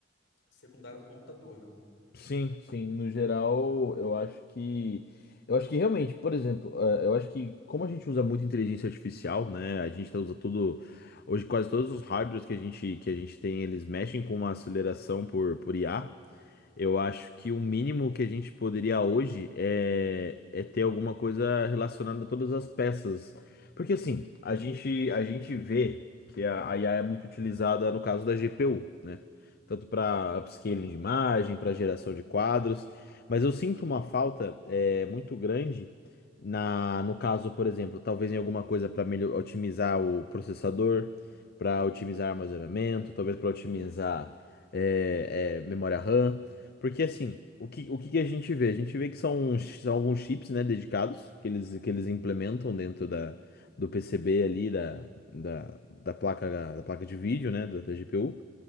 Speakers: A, on the left; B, on the left.
A: secundária do computador, né?
B: Sim, sim. No geral, eu acho que. Eu acho que realmente, por exemplo, eh, eu acho que como a gente usa muito inteligência artificial, né? A gente tá- usa tudo. Hoje quase todos os hardwares que a gente, que a gente tem, eles mexem com uma aceleração por, por IA. Eu acho que o mínimo que a gente poderia hoje é, é ter alguma coisa relacionada a todas as peças. Porque assim, a gente, a gente vê que a, a IA é muito utilizada no caso da GPU, né? Tanto para upscaling de imagem, para geração de quadros. Mas eu sinto uma falta é, muito grande na, no caso, por exemplo, talvez em alguma coisa para otimizar o processador, para otimizar armazenamento, talvez para otimizar é, é, memória RAM. Porque assim, o que, o que que a gente vê? A gente vê que são, uns são alguns chips, né, dedicados que eles, que eles implementam dentro da, do PCB ali, da, da, da placa, da placa de vídeo, né, da, da GPU.